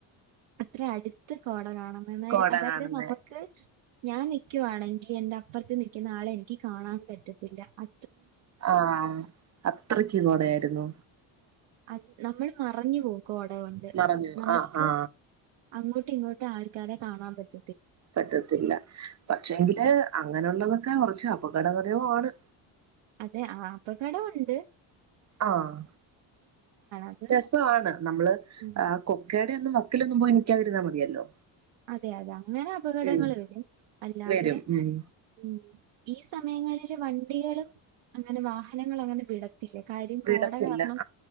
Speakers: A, on the right; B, on the right.
A: അത്ര അടുത്ത് കോട കാണ അമ്മമെന്നായി
B: കോട
A: അതായത്
B: കാണുന്നേ
A: നമ്മുക്ക് ഞാൻ നിക്കുവാണെങ്കിൽ എന്റെ അപ്പറത്ത് നിക്കുന്ന ആളെ എനിക്ക് കാണാൻ പറ്റത്തില്ല അ
B: ആഹ് അത്രക്ക് കോടയായിരുന്നു
A: ആഅയ് നമ്മൾ മറഞ്ഞു പോവും കോട കൊണ്ട്
B: പറഞ്ഞു
A: നമുക്ക്
B: ആ ആ
A: അങ്ങോട്ടും ഇങ്ങോട്ടും ആൾക്കാരെ കാണാൻ പറ്റ
B: പറ്റത്തില്ല പക്ഷെങ്കില് അങ്ങനൊള്ളതൊക്കെ കൊറച്ച് അപകടകരവുമാണ്
A: അതെ ആ അപകടവൊണ്ട്
B: ആഹ്
A: അത്
B: രസവാണ് നമ്മള്
A: ഉം
B: ആ കൊക്കേടെ ന്നും വക്കിലൊന്നും പോയി നിൽക്കാതിരുന്നാ മതിയല്ലോ
A: അതെ അതെ അങ്ങനെ അപകടങ്ങള്
B: ഉം
A: വരും അല്ലാതെ
B: വരും ഉം
A: ഉം ഈ സമയങ്ങളില് വണ്ടികളും അങ്ങനെ വാഹനങ്ങളങ്ങനെ വിട ത്തില്ല കാര്യം കോട
B: വിടത്തില്ല
A: കാരണം